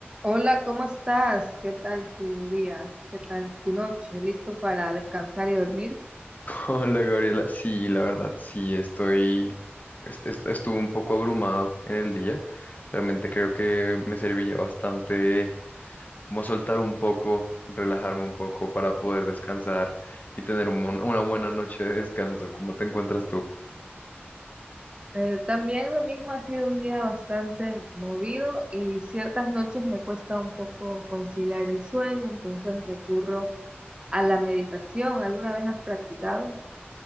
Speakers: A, on the right; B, on the left.
A: Hola, ¿cómo estás? ¿Qué tal tu día? ¿Qué tal tu noche? ¿Listo para descansar y dormir?
B: Hola Gabriela, sí, la verdad, sí, estoy, es- es- estuve un poco abrumado en el día. Realmente creo que me servía bastante como soltar un poco, relajarme un poco para poder descansar y tener un mon- una buena noche de descanso. ¿Cómo te encuentras tú?
A: Eh, también lo mismo ha sido un día bastante movido y ciertas noches me cuesta un poco conciliar el sueño, entonces recurro a la meditación. ¿Alguna vez has practicado?